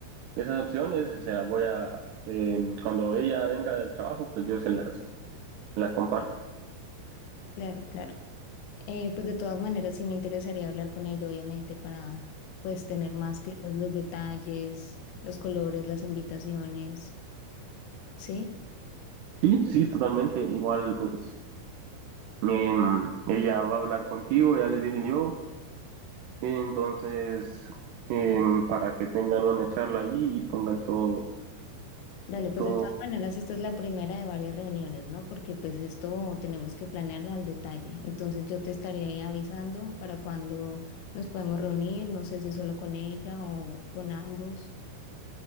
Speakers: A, on the right; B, on the left.
A: Esas opciones se las voy a, eh, cuando ella venga del trabajo, pues yo se las, las comparto.
B: claro, claro. Eh, pues de todas maneras sí me interesaría hablar con ella, obviamente, para pues tener más claros los detalles, los colores, las invitaciones, ¿sí?
A: Sí, sí, totalmente. Igual, pues em, ella va a hablar contigo, ya le dije yo. Entonces, em, para que tengan una charla ahí y pongan todo,
B: Dale, pues
A: todo,
B: de todas maneras esta es la primera de varias reuniones, ¿no? Porque pues esto tenemos que planearlo al detalle. Entonces yo te estaré ahí avisando para cuando nos podemos reunir, no sé si solo con ella o con ambos.